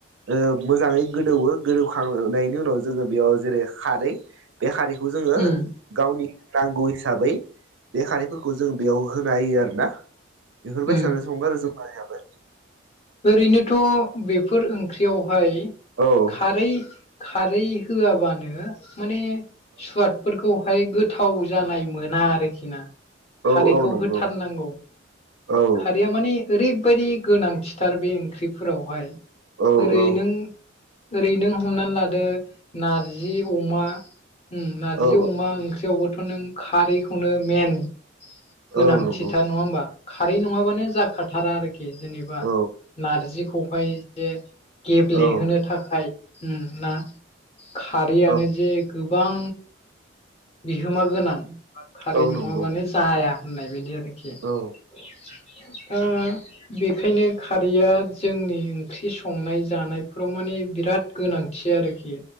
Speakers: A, on the right (about 70°); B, on the left (about 30°).
A: ओ मोजाङै गोदौवो गोदौखांनायनि उनाव जोङो बेयाव जेरै खारै बे खारैखौ जोङो
B: उम
A: गावनि नांगौ हिसाबै बे खारफोरखौ जों बेयाव होना होयो आरो ना बेफोरबायसानो
B: उम
A: संङो आरो जों मानियाबो
B: ओरैनोथ' बेफोर ओंख्रियावहाय
A: औ
B: खारै खारै होआबानो माने सुवाद फोरखौहाय गोथाव जानाय मोना आरोखि ना
A: औ
B: खारैखौ
A: औ नंगौ
B: होथारनांगौ
A: औ
B: खारैया माने ओरैबायदि गोनांथिथार बे ओंख्रिफोरावहाय
A: औ
B: ओरै
A: औ
B: नों ओरै नों हमनानै लादो नारजि अमा उम नारजि
A: औ
B: अमा ओं थेवबोथ नों खारैखौनो मेन गोनांथिथार
A: औ नंगौ
B: नङा होमबा? खारै नङाबानो जाखाथारा आरोखि जेनेबा
A: औ
B: नारजिखौहाय जे गेब्लेहोनो
A: औ
B: थाखाय उम ना खारिैयानो
A: औ
B: जे गोबां बिहोमा गोनांा खारै
A: औ
B: नङाबानो
A: नंगौ
B: जाया होननाय बायदि आरो एखे
A: औ
B: <unintelligible> बेखायनो खारैया जोंनि ओंख्रि संनाय जानायफोराव माने बिराद गोनांथि आरोखि